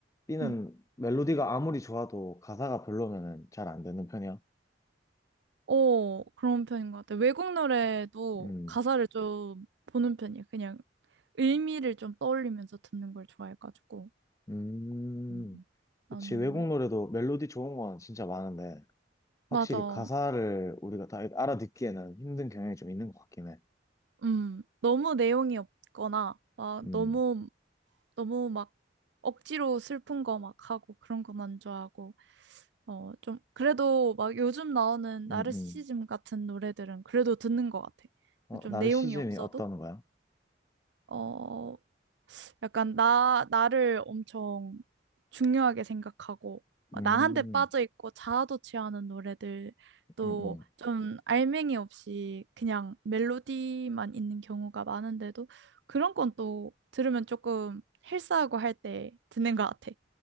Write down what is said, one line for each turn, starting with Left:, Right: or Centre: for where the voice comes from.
Left: B는
Right: 음.
Left: 멜로디가 아무리 좋아도 가사가 별로면은 잘 안 듣는 편이야.
Right: 어, 그런 편인 것 같아. 외국 노래도
Left: 음,
Right: 가사를 좀 보는 편이야. 그냥 의미를 좀 떠올리면서 듣는 걸 좋아해가지고.
Left: 음.
Right: 음.
Left: 그치
Right: 나는,
Left: 외국 노래도 멜로디 좋은 건 진짜 많은데
Right: 맞아.
Left: 확실히 가사를 우리가 다 알아듣기에는 힘든 경향이 좀 있는 것 같긴 해.
Right: 음, 너무 내용이 없거나, 막
Left: 음,
Right: 너무, 너무 막 억지로 슬픈 거 막 하고 그런 거만 좋아하고. 어, 좀, 그래도 막 요즘 나오는 나르시즘
Left: 음, 음.
Right: 같은 노래들은 그래도 듣는 것 같아.
Left: 어,
Right: 좀
Left: 나르시즘이
Right: 내용이 없어도,
Left: 어떤 거야?
Right: 어, 약간 나, 나를 엄청 중요하게 생각하고, 막
Left: 음,
Right: 나한테 빠져있고 자아도 취하는 노래들도
Left: 음, 음.
Right: 좀 알맹이 없이 그냥 멜로디만 있는 경우가 많은데도 그런 건 또 들으면 조금 헬스하고 할 때 듣는 것 같아.